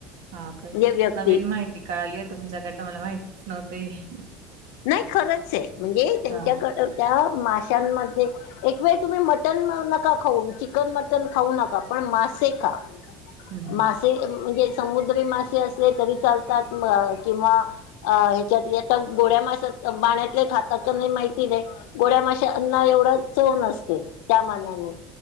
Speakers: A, on the right (about 85°); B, on the left (about 80°).
A: हा काय,
B: म्हणजे व्यक्ती
A: नवीन माहिती कळालिय तुमच्याकडनं मला माहितीच नव्हती.
B: नाही खरंच आह म्हणजे त्यांच्याकड
A: हा
B: त्या माशांमध्ये एक वेळ तुम्ही मटण नका खाऊ चिकन, मटन खाऊ नका पण मासे खा.
A: हम्म हम्म
B: मासे म्हणजे समुद्री मासे असले तरी चालतात म किंवा अ ह्याच्यातली आता गोड्या मासात पाण्यातले खातात की नाही माहिती नाही. गोड्या माश्या अन्न एवढं चव नसते त्या मानाने.